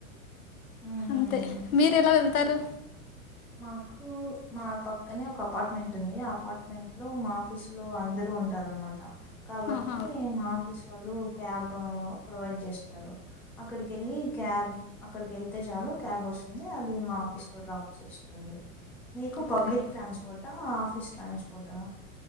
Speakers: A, in the centre; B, on the left (about 80°).
A: ఉమ్
B: అంతే మీరు ఎలా వెళ్తారు
A: మాకు మా పక్కనే ఒక అపార్ట్మెంట్ ఉంది ఆ అపార్ట్మెంట్ లో మా ఆఫీస్ లో అందరు కొంటారున్మాట కాబట్టి
B: ఆహా
A: మా ఆఫీస్ వాళ్ళు క్యాబ్ ప్రొవైడ్ చేస్తారు అక్కడికి వెళ్ళి క్యాబ్ అక్కడికి వెళ్తే చాలు క్యాబ్ వస్తుంది అది మా ఆఫీస్ కూడా డ్రాప్ చేస్తుంది మీకు
B: ఓకే
A: పబ్లిక్ ట్రాన్స్పోర్టా office transport